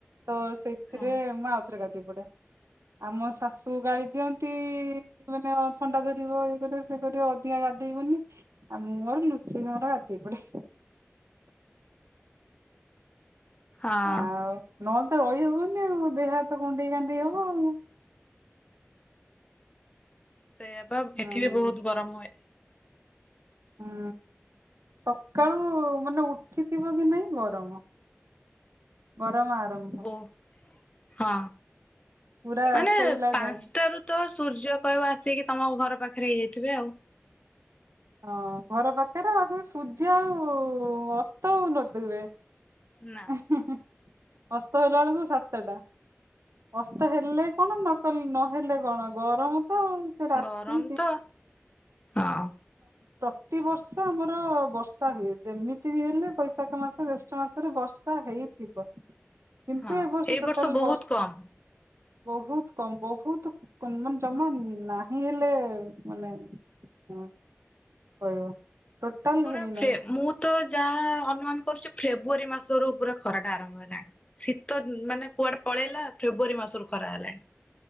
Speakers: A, on the right; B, on the left.
A: ତ ସେଇଥିରେ
B: ହଁ।
A: ମୁଁ ଆଉଥରେ ଗା ଆମ ଶାଶୁ ଗାଳି ଦିଅନ୍ତି ମାନେ ଥଣ୍ଡା ଧରିବ ଇଏ କରିବ ସେ କରିବ ଅଧିକା ଗାଧେଇବନି ମୁଁ ମୋର ଲୁଚିିକି ମୋର ଗାଧେଇ ପଡେ।
B: ହଁ।
A: ଆଉ ନହେଲେ ତ ରହିହବନି ଆଉ ଦେହ ହାତ କୁଣ୍ଡେଇ କାଣ୍ଡେଇ ହବ ଆଉ
B: ସେଇଆ ବା
A: ହଁ।
B: ଏଠି ବି ବହୁତ ଗରମ ହୁଏ।
A: ହୁଁ, ସକାଳୁ ମାନେ ଉଠିଥିବ କି ନାଇଁ ଗରମ। ଗରମ ଆରମ୍ଭ,
B: ବୋ ହଁ
A: ପୁରା
B: ମାନେ
A: ଶୋଇଲା
B: ପାଞ୍ଚଟାରୁ
A: ଯାଏଁ
B: ତ ସୂର୍ଯ୍ୟ କହିବ ଆସିକି ତମ ଘର ପାଖରେ ହେଇଯାଇଥିବେ ଆଉ
A: ହଁ ଘର ପାଖରେ ଆଉ ତମ ସୂର୍ଯ୍ୟ ଆଉ ଅସ୍ତ ହଉ ନଥିବେ।
B: ନା
A: ଇଁ ହି ହି ଅସ୍ତ ହେଲା ବେଳକୁ ସାତ ଅସ୍ତ ହେଲେ କଣ ନକଲେ ନହେଲେ କଣ ଗରମ ତ ଆଉ ସେ ରାତି
B: ଗରମ ତ ହଁ
A: ପ୍ରତି ବର୍ଷ ଆମର ବର୍ଷା ହୁଏ ଯେମିତି ବି ହେଲେ ବୈଶାଖ ମାସ ଜ୍ୟେଷ ପାଞ୍ଚ ମାସରେ ବର୍ଷା ହେଇଥିବ। କିନ୍ତୁ
B: ହଁ
A: ଏବର୍ଷ
B: ଏଇ
A: ଟୋଟାଲ
B: ବର୍ଷ ବହୁତ
A: ବର୍ଷା
B: କମ।
A: ବହୁତ କମ ବହୁତ ମାନେ ଜମା ନାହିଁ ହେଲେ ମାନେ ହଁ କହିବ। ଟୋଟାଲ
B: ପୁରା
A: ହେଇନାହିଁ
B: ଫ୍ରେ ମୁଁ ତ ଯାହା ଅନୁମାନ କରୁଛି ଫେବୃଆରୀ ମାସରୁ ପୁରା ଖରା ଟା ଆରମ୍ଭ ହେଲାଣି ଶୀତ ମାନେ କୁଆଡେ ପଳେଇଲା ଫେବୃଆରୀ ମାସରୁ ଖରା ହେଲାଣି।